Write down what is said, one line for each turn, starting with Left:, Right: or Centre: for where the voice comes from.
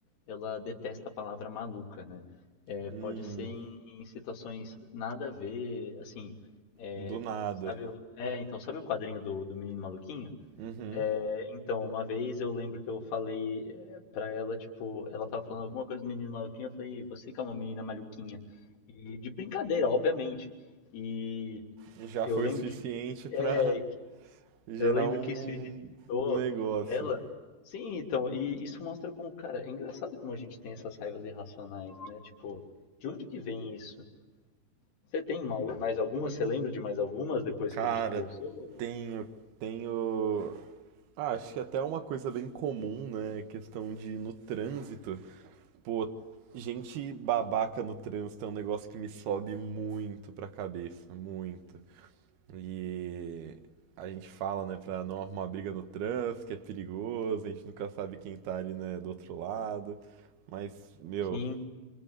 Left: Ela detesta a palavra maluca, né? É,
Right: <laughs>
Left: pode
Right: Hum,
Left: ser em, em situações nada a ver, assim, é,
Right: do nada.
Left: sabe, o- é, então, sabe o quadrinho do, do Menino Maluquinho?
Right: Uhum.
Left: É, então, uma vez eu lembro que eu falei é, pra ela, tipo, ela tava falando alguma coisa do menino maluquinho, eu falei, você que é uma menina maluquinha. E de brincadeira, obviamente. E
Right: Já
Left: eu
Right: foi
Left: lembro
Right: o suficiente
Left: de, é,
Right: pra
Left: que-
Right: gerar
Left: eu lembro
Right: um
Left: que isso irritou
Right: negócio.
Left: ela. Sim, então, e isso mostra como, cara, é engraçado como a gente tem essas raivas irracionais, né? Tipo, de onde que vem isso? Você tem mal- mais algumas? Você lembra de mais algumas depois
Right: Cara,
Left: que a gente conversou?
Right: tenho, tenho. Ah, acho que até uma coisa bem comum, né? Questão de ir no trânsito. Pô, gente babaca no trânsito é um negócio que me sobe muito pra cabeça, muito. E a gente fala, né, pra não arrumar briga no trânsito, que é perigoso, a gente nunca sabe quem tá ali, né, do outro lado. Mas, meu,
Left: Sim.